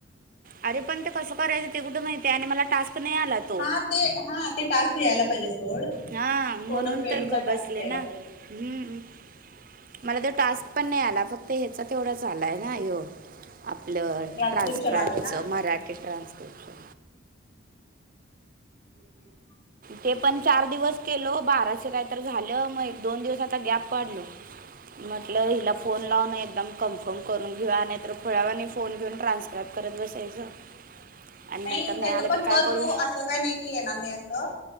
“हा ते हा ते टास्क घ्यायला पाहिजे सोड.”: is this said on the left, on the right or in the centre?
Left